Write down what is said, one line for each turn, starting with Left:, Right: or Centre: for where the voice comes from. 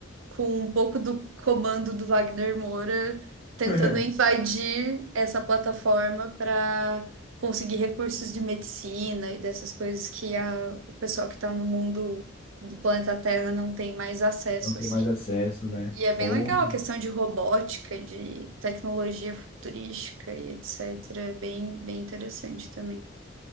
Right: com um pouco do comando do Wagner Moura, tentando
Left: <laughs>
Right: invadir essa plataforma para conseguir recursos de medicina e dessas coisas que a, o pessoal que está no mundo do planeta Terra não tem mais acesso,
Left: Não tem
Right: assim.
Left: mais acesso, né?
Right: E é bem
Left: Porra.
Right: legal a questão de robótica, de tecnologia futurística e etc. É bem, bem interessante também.